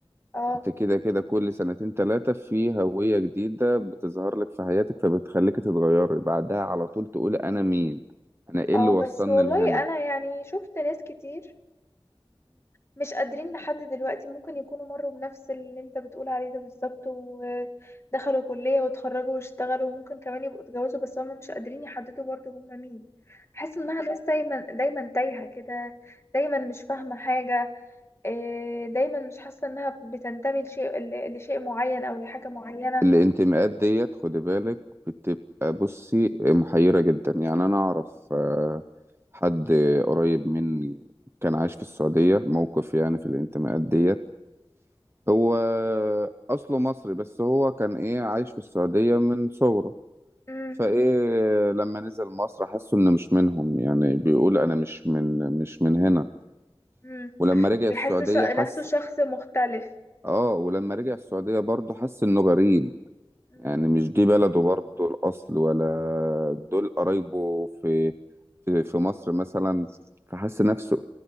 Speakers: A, on the left; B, on the right.
A: اه
B: انت كده كده كل سنتين تلاتة في هوية جديدة بتظهر لك في حياتك فبتخليك تتغيري بعدها على طول تقول انا مين انا ايه
A: اه
B: اللي وصلني
A: بس والله
B: لهنا
A: انا يعني شفت ناس كتير مش قادرين لحد دلوقتي ممكن يكونوا مروا بنفس اللي انت بتقول عليه ده بالظبط ودخلوا كلية واتخرجوا واشتغلوا وممكن كمان يبقوا اتجوزوا بس هم مش قادرين يحددوا برضو هم مين بحس انها ناس دايما دايما تايهة كده دايما مش فاهمة حاجة إيه، دايما مش حاسة انها بتنتمي لشيء ل- لشيء معين او لحاجة معينة
B: والانتماءات ديت خدي بالك بتبقى بصي محيرة جدا يعني انا اعرف آه، حد قريب مني كان عايش في السعودية موقف يعني في الانتماءات ديت هو اصله مصري بس هو كان ايه عايش في السعودية من صغره
A: امم
B: فايه لما نزل مصر حسوا انه مش منهم يعني بيقول انا مش من مش من هنا
A: امم
B: ولما رجع
A: بيحس
B: السعودية
A: ش-
B: حس
A: نفسه شخص مختلف
B: اه ولما رجع السعودية برضه حس انه غريب
A: امم
B: يعني مش دي بلده برضه الاصل ولا دول قرايبه في في في مصر مثلا فحس نفسه